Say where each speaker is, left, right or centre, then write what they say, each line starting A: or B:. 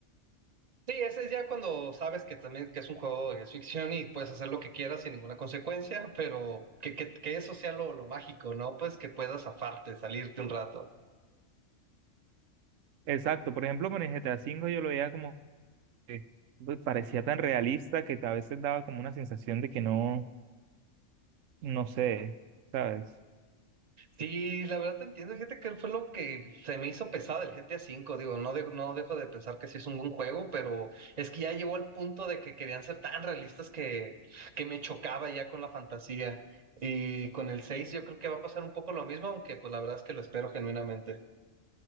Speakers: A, on the right; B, on the right.
A: sí, ese es ya cuando sabes que también que es un juego de ficción y puedes hacer lo que quieras sin ninguna consecuencia, pero que, que, que eso sea lo, lo mágico, ¿no? Pues que puedas aparte, salirte un rato.
B: Exacto, por ejemplo, con el GTA cinco yo lo veía como que pues, parecía tan realista que a veces daba como una sensación de que no, no sé, ¿sabes?
A: Sí, la verdad te entiendo, fíjate que fue lo que se me hizo pesado el GTA V, digo, no, de- no dejo de pensar que sí es un buen juego, pero es que ya llegó al punto de que querían ser tan realistas que, que me chocaba ya con la fantasía. Y con el 6 yo creo que va a pasar un poco lo mismo, aunque pues la verdad es que lo espero genuinamente.